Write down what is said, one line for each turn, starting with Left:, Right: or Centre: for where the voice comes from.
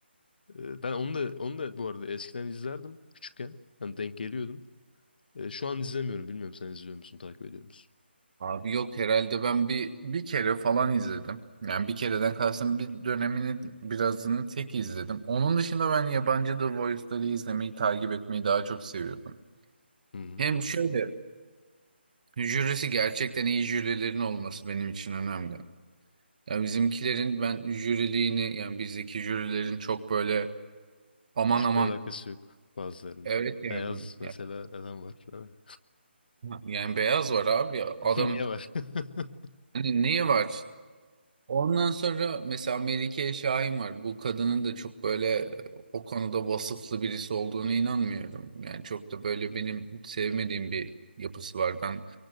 Left: Ee, Ben onu da onu da bu arada eskiden izlerdim küçükken. Hani denk geliyordum. E, şu an izlemiyorum. Bilmiyorum sen izliyor musun, takip ediyor musun?
Right: Abi yok herhalde ben bir bir kere falan izledim. Yani bir kereden kastım bir dönemini birazını tek izledim. Onun dışında ben yabancı The Voice'ları izlemeyi takip etmeyi daha çok seviyordum.
Left: Hı hı.
Right: Hem şöyle jürisi gerçekten iyi jürilerin olması benim için önemli. Yani bizimkilerin ben jüriliğini yani bizdeki jürilerin çok böyle aman
Left: Müzikle
Right: aman
Left: alakası yok bazılarının.
Right: evet yani
Left: Beyaz mesela
Right: yani,
Left: neden var? değil mi?
Right: yani beyaz var abi ya adam
Left: <laughs> Niye var? <laughs>
Right: hani neyi var? Ondan sonra mesela Melike Şahin var. Bu kadının da çok böyle e, o konuda vasıflı birisi olduğunu inanmıyorum. Yani çok da böyle benim sevmediğim bir yapısı var. Ben